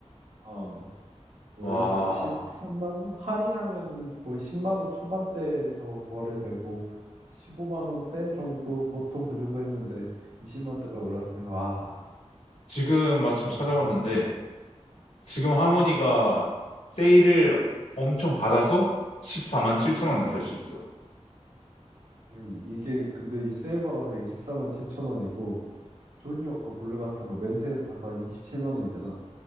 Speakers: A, on the right; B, on the left.
A: 어, 원래가
B: 와,
A: 13만 원 할인하면은 거의 10만 원 초반대에서 거래되고 15만 원대 정도 보통 그 정도 했는데 20만 원대까지 올랐어요. 와,
B: 지금 마침
A: 너무
B: 찾아봤는데
A: 비싸졌다.
B: 지금
A: 아,
B: 하모니가 세일을 엄청 받아서 14만 7천 원에
A: 음.
B: 살 수 있어.
A: 음, 이게 근데 이 세일바 가서 십4만 7천 원이고 조니워거 블루 같은 거 맨세에서 사서 한 27만 원이잖아.